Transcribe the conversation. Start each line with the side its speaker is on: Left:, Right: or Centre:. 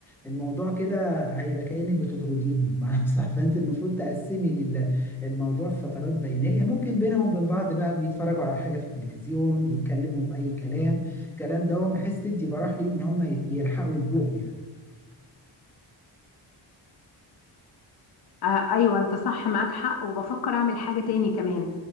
Centre: الموضوع كده هيبقى كأنك بتطرديهم <laughs> مع نفسها فانت المفروض تقسمي لل- الموضوع في فترات بينية ممكن بينهم وبين بعض بقى بيتفرجوا على حاجة في التلفزيون بيتكلموا بأي كلام كلام دوت بحيث تدي براح ليهم ان هم يلحقوا يجوعوا يعني
Left: آه ايوه انت صح معاك حق وبفكر اعمل حاجه تاني كمان